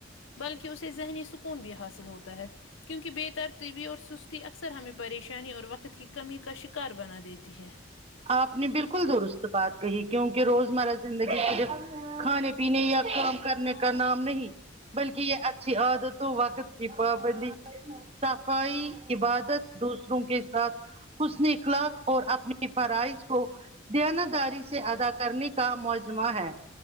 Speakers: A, on the left; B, on the right.
A: بلکہ اسے ذہنی سکون بھی حاصل ہوتا ہے کیونکہ بے ترطیبی اور سستی اکثر ہمیں پریشانی اور وقت کی کمی کا شکار بنا دیتی ہے
B: آپ نے بالکل درست بات کہی کیونکہ روزمرہ زندگی صرف کھانے پینے یا کام کرنے کا نام نہیں بلکہ یہ اچھی عادتوں وقت کی پابندی صفائی عبادت دوسروں کے ساتھ حسن اخلاق اور اپنی فرائض کو دیانداری سے ادا کرنے کا مجمعہ ہے